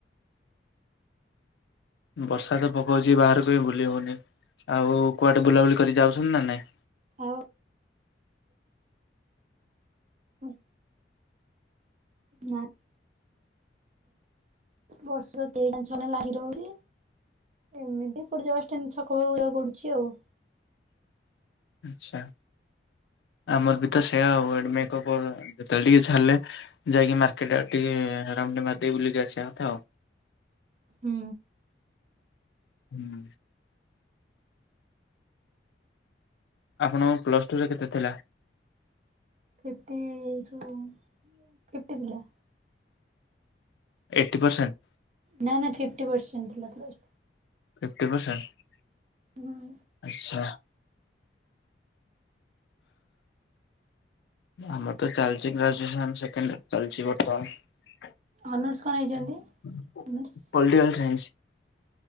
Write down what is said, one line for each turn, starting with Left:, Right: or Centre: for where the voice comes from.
Left: ବର୍ଷା ତ ପକଉଛି ବାହାରକୁବି ବୁଲି ହଉନି। ଆଉ କୁଆଡେ ବୁଲାବୁଲି କରି ଯାଉଛନ୍ତି ନା ନାଇଁ?
Right: ଆଉ। ହ୍ନୁ। ନା। ବର୍ଷା ଦିନ ଛାରା ଲାଗି ରହୁଛି। ଏମିତି କୋଉଠି ଜଷ୍ଟ ଏମିତି ଛକ ପାଖକୁ ଯିବାକୁ ପଡୁଛି ଆଉ।
Left: ଆଚ୍ଛା। ଆମର ବି ତ ସେଇୟା ଆଉ ଅଦ୍ମିକପରର ଯେତେବେଳେ ଟିକେ ଛାଡ଼ିଲେ ଯାଇକି ମାର୍କେଟ ଆଡ଼େ ଟିକେ ରାଉଣ୍ଡ ମାରିଦେଇକି ବୁଲି କି ଆସିବା କଥା ଆଉ।
Right: ହୁଁ।
Left: ହୁଁ। ଆପଣଙ୍କ ପ୍ଲସ ଟୁ ରେ କେତେ ଥିଲା?
Right: ଫିଫ୍ଟି ଠୁ ଫିଫ୍ଟି ଥିଲା।
Left: Eighty percent?
Right: ନା, ନା ଫିଫ୍ଟି ପରସେଣ୍ଟ ଥିଲା <unintelligible>
Left: ଫିଫ୍ଟି ପରସେଣ୍ଟ
Right: ହୁଁ
Left: ଆଚ୍ଛା। ଆମର ତ ଚାଲିଛି ଗ୍ରାଜୁଏସନ ସେକେଣ୍ଡ ଇଅର ଚାଲିଛି ବର୍ତ୍ତମାନ।
Right: ଅନର୍ସ କଣ ନେଇଛନ୍ତି? Honours
Left: political science.